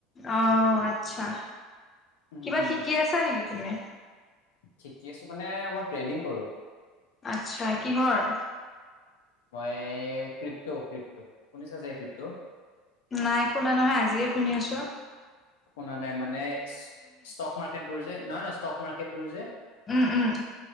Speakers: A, on the left (about 25°); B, on the left (about 85°).
A: অ' আচ্ছা।
B: উম
A: কিবা শিকি আছা নেকি তুমি?
B: শিকি আছোঁ মানে মই ট্ৰেডিং কৰো।
A: আচছা কিহৰ
B: মই ক্ৰিপট' ক্ৰিপট' শুনিছা চাগে ক্ৰিপট'
A: নাই শুনা নহয় আজিয়ে শুনি আছোঁ।
B: শুনা নাই মানে ষ্টক মাৰ্কেট বোৰ যে নহয় নহয় ষ্টক মাৰ্কেট বোৰ যে
A: উম উম